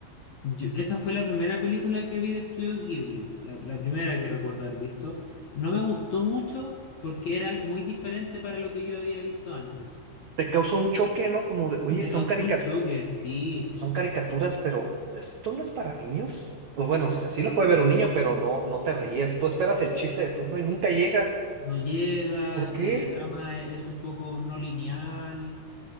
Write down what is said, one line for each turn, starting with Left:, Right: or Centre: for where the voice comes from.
Left: Yo- esa fue la primera película que vi de Estudio Ghibli, la, la primera que recuerdo haber visto. No me gustó mucho porque era algo muy diferente para lo que yo había visto antes.
Right: Te causa un choque, ¿no? Como de, oye,
Left: Me
Right: son
Left: causó
Right: carica-
Left: un choque, sí.
Right: son caricaturas, pero esto no es para niños. O bueno, o sea, sí lo puede
Left: sí.
Right: ver un niño, pero no, no te ríes. Tú esperas el chiste de turno y nunca llega.
Left: No llega
Right: ¿Por qué?
Left: y la trama e- es un poco no lineal.